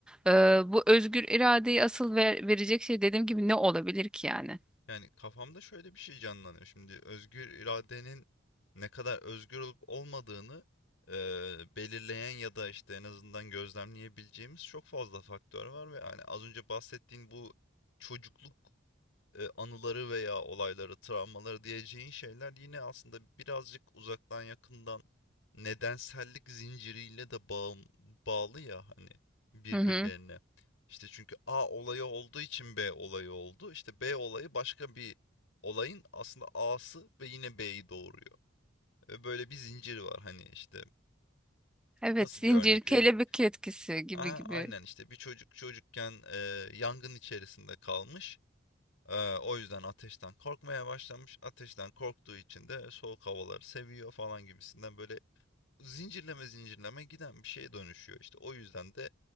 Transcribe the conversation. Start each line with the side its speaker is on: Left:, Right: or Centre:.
Centre: e, bu özgür iradeyi asıl ver- verecek şey dediğim gibi ne olabilir ki yani?
Left: Yani kafamda şöyle bir şey canlanıyor. Şimdi özgür iradenin ne kadar özgür olup olmadığını eee, belirleyen ya da işte en azından gözlemleyebileceğimiz çok fazla faktör var ve hani az önce bahsettiğin bu çocukluk e, anıları veya olayları, travmaları diyeceğin şeyler yine aslında birazcık uzaktan yakından nedensellik zinciriyle de bağım, bağlı ya hani birbirlerine.
Centre: Hı hı.
Left: İşte çünkü A olayı olduğu için B olayı oldu. İşte B olayı başka bir olayın aslında A'sı ve yine B'yi doğuruyor. Ve böyle bir zincir var hani işte
Centre: Evet
Left: nasıl
Centre: zincir
Left: bir örnek
Centre: kelebek
Left: vereyim?
Centre: etkisi gibi
Left: Aha,
Centre: gibi.
Left: aynen işte bir çocuk çocukken e, yangın içerisinde kalmış. Eee, o yüzden ateşten korkmaya başlamış. Ateşten korktuğu için de soğuk havaları seviyor falan gibisinden böyle zincirleme zincirleme giden bir şeye dönüşüyor işte. O yüzden de